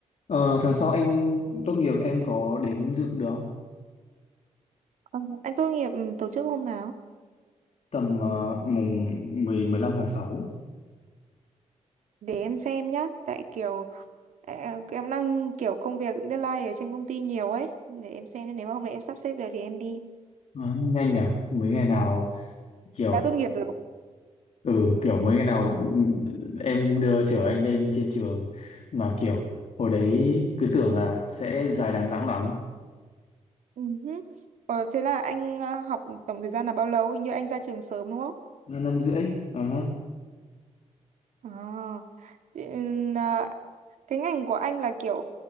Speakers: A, on the left; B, on the right.
A: Ờ, tháng sau anh tốt nghiệp em có đến dự được không?
B: Ờ, anh tốt nghiệp ừ, tổ chức hôm nào?
A: Tầm ờ, mùng 10 15 tháng sáu
B: Để em xem nhá, tại kiểu ờ, em đang kiểu công việc deadline ở trên công ty nhiều ấy, để em xem nếu mà hôm nay em sắp xếp được thì em đi.
A: Ờ, nhanh nhở? Mấy ngày nào kiểu
B: Đã tốt nghiệp rồi.
A: ừ kiểu mấy ngày nào em đưa chở anh lên trên trường mà kiểu hồi đấy cứ tưởng là sẽ dài đằng đẵng lắm.
B: Ừ. hứ. Ờ, thế là anh ờ, học tổng thời gian là bao lâu? Hình như anh ra trường sớm đúng không?
A: Là năm rưỡi. Ờ.
B: À, thế, ừm, à, cái ngành của anh là kiểu